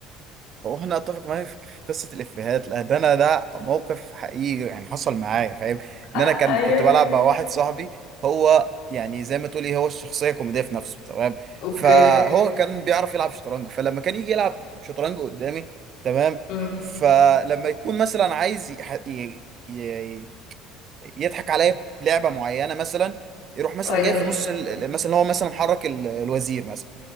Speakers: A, on the right (about 45°); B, on the left (about 80°).
A: هو احنا اتفق معايا في في قصه الافيهات لا ده انا ده موقف حقيقي يعني حصل معايا فاهم ان
B: أ-
A: انا كان
B: ايوه
A: كنت بلعب مع واحد صاحبي هو يعني زي ما تقولي هو الشخصيه كوميديه في نفسه تمام
B: اوكي
A: فهو كان بيعرف يلعب شطرنج فلما كان يجي يلعب شطرنج قدامي تمام
B: امم
A: فلما يكون مثلا عايز يح- ي- ي- يضحك عليا بلعبه معينه مثلا يروح مثلا
B: ايوه
A: جاي في نص ال- ال- مثلا هو مثلا محرك ال- الوزير مثلا،